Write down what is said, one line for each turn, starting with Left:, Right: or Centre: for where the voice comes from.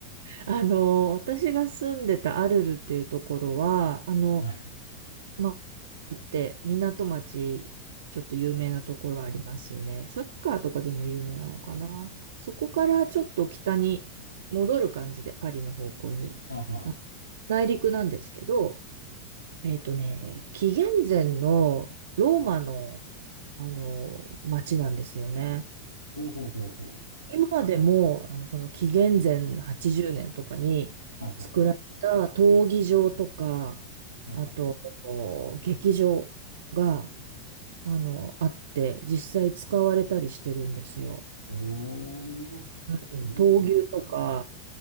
Right: あの、私が住んでたアルルっていうところは、あの、
Left: はい。
Right: まあ、って港町、ちょっと有名なところありますよね。サッカーとかでも有名なのかな。そこからちょっと北に戻る感じで、パリの方向に。
Left: あは。
Right: あ内陸なんですけど、えっとね、紀元前のローマの、あの町なんですよね。
Left: ほうほうほうほう。
Right: 今でも、あの、その紀元前80年とかに作られた闘技場とか、
Left: あはは。あは。
Right: あと、お劇場が、あの、あって、実際使われたりしてるんですよ。
Left: おー、
Right: うんうん、
Left: そうですか。
Right: 闘牛とか、